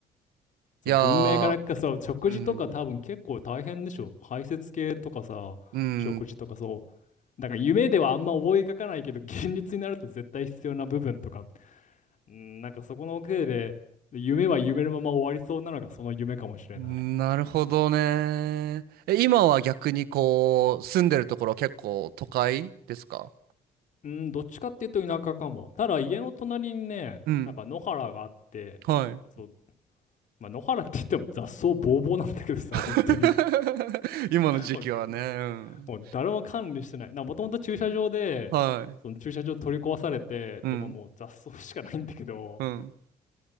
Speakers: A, on the left; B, on the right.
A: その文明からかそう食事とか多分結構大変でしょ。
B: いやー、うん、
A: 排泄系とかさ、
B: うん、
A: 食事とかそう。だから夢ではあんま思い描かないけど、現実になると絶対必要な部分とかっうん、なんかそこのせいで、夢は夢のまま終わりそうなのがその夢かもしれない。
B: なるほどね。え、今は逆にこう、住んでるところは結構都会ですか
A: うん、どっちかっていうと田舎かも。ただ家の隣にね、
B: うん、
A: なんか野原があって、
B: はい。
A: そう、まあ、野原って言っても雑草ぼうぼうなんだけどさ、
B: <laughs>
A: <laughs> 本当に。
B: 今の時期はね、
A: もう、
B: うん。
A: もう誰も管理してない。な、もともと駐車場で、
B: はい。
A: その駐車場取り壊されて、
B: うん、
A: で、まあ、もう雑草しかないんだけど、
B: うん。